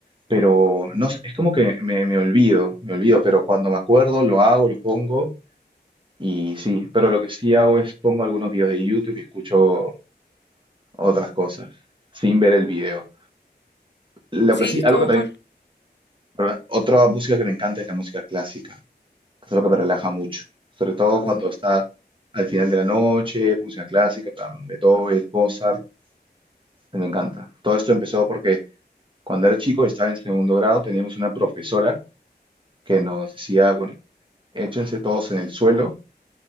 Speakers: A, on the right; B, on the left.
A: pero no, s- es como que me, me olvido, me olvido, pero cuando me acuerdo lo hago, lo pongo y sí, pero lo que sí hago es pongo algunos videos de YouTube y escucho otras cosas sin ver el video. Lo
B: Sí,
A: que sí, algo
B: como
A: que también,
B: por...
A: perdón, otra música que me encanta es la música clásica, que es lo que me relaja mucho, sobre todo
B: Uh,
A: cuando está al final de la noche, música clásica, en plan, Beethoven, Mozart. Me encanta. Todo esto empezó porque cuando era chico, estaba en segundo grado, teníamos una profesora que nos decía, bueno, échense todos en el suelo,